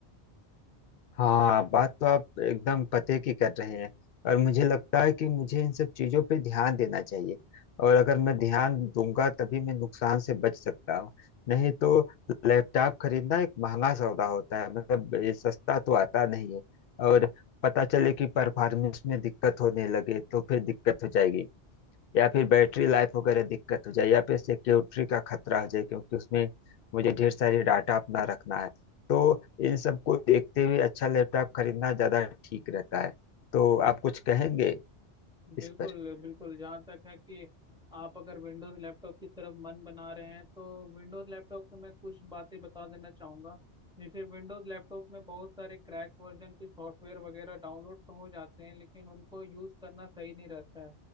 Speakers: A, on the left (about 60°); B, in the centre.
A: हाँ बात तो आप एकदम पते की कर रहे हैं और मुझे लगता है कि मुझे इन सब चीजों पे ध्यान देना चाहिए और अगर मैं ध्यान दूंगा तभी मैं नुकसान से बच सकता हूँ नहीं तो लैपटॉप खरीदना एक महंगा सौदा होता है मतलब ये सस्ता तो आता नहीं है और पता चले कि परफॉर्मेंस में दिक्कत होने लगे तो फिर दिक्कत हो जाएगी या फिर बैटरी लाइफ वगैरह दिक्कत हो जाए या फिर सिक्योरिटी का खतरा हो जाए क्योंकि उसमें मुझे ढेर सारी डाटा अपना रखना है तो इन सबको देखते हुए अच्छा लैपटॉप खरीदना ज़्यादा ठीक रहता है तो आप कुछ कहेंगे इस
B: बिल्कुल
A: पर
B: बिल्कुल जहाँ तक है कि आप अगर विंडोज लैपटॉप की तरफ मन बना रहे हैं तो विंडोज लैपटॉप को मैं कुछ बातें बता देना चाहूँगा जैसे विंडोज लैपटॉप में बहुत सारे क्रैक वर्जन के सॉफ्टवेयर वगैरह डाउनलोड तो हो जाते हैं लेकिन उनको यूज़ करना सही नहीं रहता है